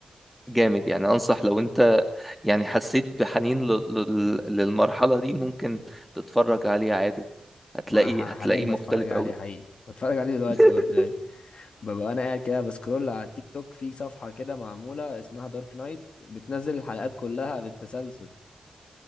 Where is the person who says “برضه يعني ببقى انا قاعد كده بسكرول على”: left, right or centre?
Left